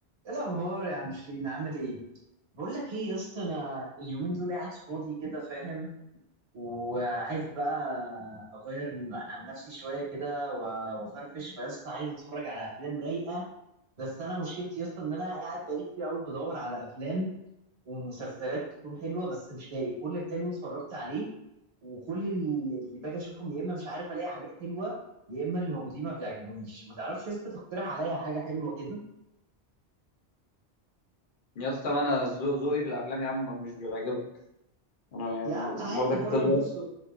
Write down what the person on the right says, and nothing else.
ايه الاخبار يا عم شيرين عامل ايه بقول لك ايه يا اسطى انا اليومين دول قاعد فاضي كده فاهم وعايز بقى اغير عن نفسي شويه كده و- وافرفش فيا اسطى عايز اتفرج على افلام رايقه بس انا مشكلتي يا اسطى ان انا قاعد بقالي كتير قوي بدور على افلام ومسلسلات تكون حلوه بس مش لاقي كل الحلو اتفرجت عليه وكل ال- اللي باجي اشوفهم يا اما مش عارف الاقي حاجات حلوه يا اما اللي موجودين ما بيعجبونيش ما تعرفش يا اسطى تقترح عليا حاجه حلوه كده
يا عم عادي
جرب
بص